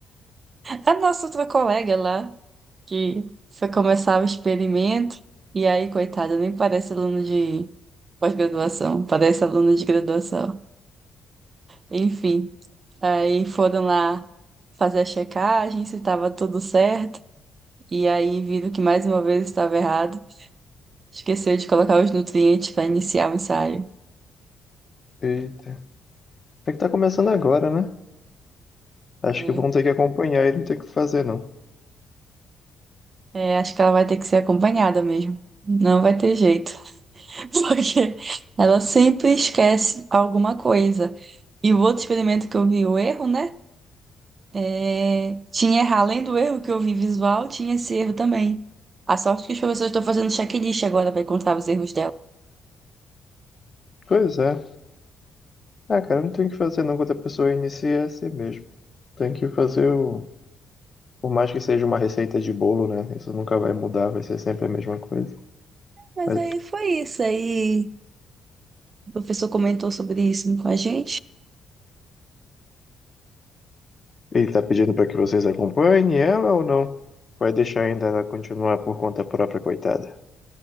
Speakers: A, on the right; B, on the left.
A: a nossa outra colega lá, que foi começar o experimento, e aí, coitada, nem parece aluno de pós-graduação, parece aluno de graduação. Enfim, aí foram lá fazer a checagem, se estava tudo certo, e aí viram que mais uma vez estava errado. Esqueceu de colocar os nutrientes para iniciar o ensaio.
B: Eita, é que tá começando agora, né? Acho
A: É,
B: que vão ter que acompanhar e não tem o que fazer, não.
A: é, acho que ela vai ter que ser acompanhada mesmo. Não vai ter jeito, <laughs> porque ela sempre esquece alguma coisa. E o outro experimento que eu vi, o erro, né? É, tinha errar, além do erro que eu vi visual, tinha esse erro também. A sorte que os professores estão fazendo checklist agora para encontrar os erros dela.
B: Pois é. Ah, cara, não tem o que fazer, não. Quando a pessoa inicia, é assim mesmo. Tem que fazer o... Por mais que seja uma receita de bolo, né? Isso nunca vai mudar, vai ser sempre a mesma coisa.
A: Mas
B: Mas
A: aí foi isso. Aí o professor comentou sobre isso com a gente.
B: Ele tá pedindo para que vocês acompanhem ela ou não? Vai deixar ainda ela continuar por conta própria, coitada.